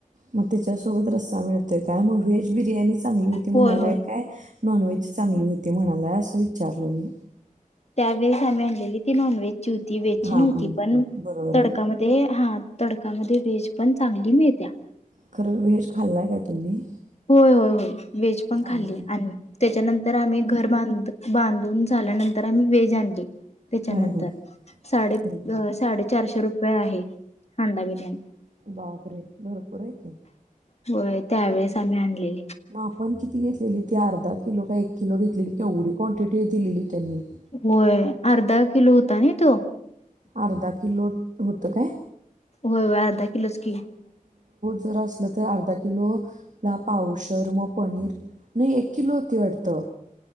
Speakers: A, on the right; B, on the left.
A: मग त्याच्यासोबत रस्सा मिळतोय काय मग व्हेज बिर्याणी चांगली होती म्हणाला
B: होय होय
A: काय नॉन व्हेज चांगली होती म्हणाला असं विचारलं मी
B: त्यावेळेस आम्ही आणलेली ती नॉन व्ज चूती वेच
A: हां
B: नव्हती
A: हं, हं.
B: पण
A: बरोबर
B: तडकामध्ये
A: आहे
B: हा तडकामध्ये वेज पण चांगली मिळत्या
A: खरं व्हेज खाल्लाय काय तुम्ही
B: होय होय होय व्हेज पण
A: खाल्लाय
B: खाल्ली आणि त्याच्यानंतर आम्ही घर बांध बांधून झाल्यानंतर आम्ही वेज आणली त्याच्यानंतर
A: हां हां
B: साडे
A: हं, हं.
B: अ साडेचारशे रुपये आहे हांडा बिरयाणी
A: बापरे भरपूरय का
B: होय त्यावेेळेस आम्ही आणले
A: मग आपण किती घ ली तीर्ा किलो का एक किल घेतलेली केवढी क्वांटिटी आहे दिलेली त्यांनी
B: होय अर्धा किलो होता ना तो
A: अर्धा किलो होत काय
B: होय व अर्धा किलोच की
A: ज असलं तर अर्धा किलो ला पावसर मग पनीर नाही एक किलो होती अडतं